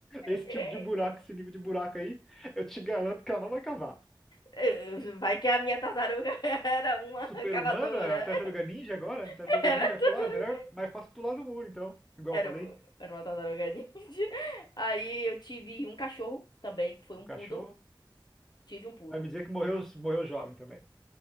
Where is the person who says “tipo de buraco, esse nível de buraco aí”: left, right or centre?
Centre